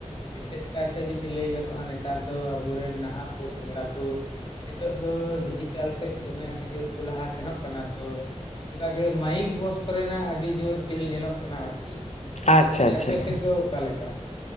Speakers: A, on the left (about 45°); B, on the left (about 65°).
A: ᱵᱤᱥᱮᱥ ᱠᱟᱭᱛᱮ ᱡᱩᱫᱤ ᱞᱟᱹᱭ ᱜᱟᱱᱚᱜᱼᱟ ᱱᱮᱛᱟᱨ ᱫᱚ ᱟᱵᱚᱨᱮᱱ ᱱᱟᱦᱟᱜ ᱯᱚᱯᱚᱝᱲᱟ ᱠᱚ ᱱᱤᱛᱚᱜ ᱫᱚ ᱰᱤᱡᱤᱴᱟᱞ ᱥᱮᱫ ᱫᱚᱢᱮ ᱟᱹᱰᱤ ᱡᱳᱨ ᱠᱚ ᱞᱟᱦᱟ ᱥᱮᱱᱚᱜ ᱠᱟᱱᱟ ᱛᱚ ᱚᱱᱠᱟᱜᱮ ᱢᱟᱭᱤᱠ ᱵᱚᱥ ᱠᱚᱨᱮᱱᱟᱜ ᱟᱹᱰᱤ ᱡᱳᱨ ᱪᱟᱹᱞ ᱧᱮᱞᱚᱜ ᱠᱟᱱᱟ ᱟᱨᱠᱤ ᱟᱫᱚ
B: ᱟᱪᱪᱷᱟ
A: ᱜᱚᱝᱠᱤ
B: ᱟᱪᱪᱷᱟ
A: ᱟᱯᱮ
B: ᱟᱪᱪᱷᱟ
A: ᱥᱮᱫ ᱫᱚ ᱚᱠᱟᱞᱮᱠᱟ